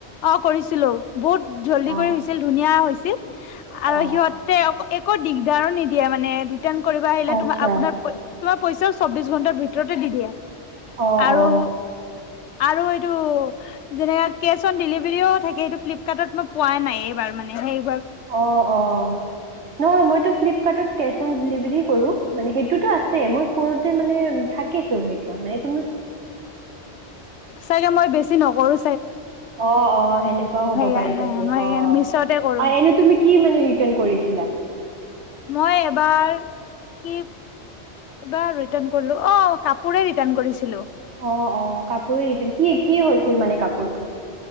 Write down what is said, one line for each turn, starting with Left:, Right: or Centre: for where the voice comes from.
Left: অ কৰিছিলো বহুত জলদী
Right: অ
Left: কৈ আহিছিল ধুনীয়া হৈছিল
Right: অ
Left: আৰু সিহঁতে একো দিগদাৰো নিদিয়ে মানে ৰিটাৰ্ণ কৰিব আহিলে
Right: আচ্ছা
Left: তুমা আপোনা তোমাৰ পইচাও চৌবিশ ঘণ্টাৰ ভিতৰতে দি দিয়ে
Right: অঁ
Left: আৰু
Right: অ
Left: আৰু এইটো যেনেকা কেচ ত ডেলিভাৰীও থাকে সেইটো ফ্লিপকাৰ্টত মই পোৱা নাই এইবাৰ মানে হেই
Right: অ অ নহয় মইতো ফ্লিপকাৰ্টত কেচ কেচ অন ডেলিভাৰী কৰো মানে সেইটোতো আছে মই কৰোতে মানে থাকি চোন সেইটো মা
Left: চাগে মই বেছি নকৰোঁ
Right: অ অ সেনেকুৱাও হ'ব
Left: সেইকাৰণে
Right: পাৰি চাগে
Left: মই
Right: অ
Left: সেইকাৰণে মিছতে কৰো
Right: অ এনে তুমি কি মানে ৰিটাৰ্ণ কৰিছিলা
Left: মই এবাৰ কি এবাৰ ৰিটাৰ্ণ কৰিলো অ কাপোৰে ৰিটাৰ্ণ কৰিছিলো
Right: অ অ কাপোৰে ৰিটাৰ্ণ কি কি হৈছিল মানে কাপোৰটো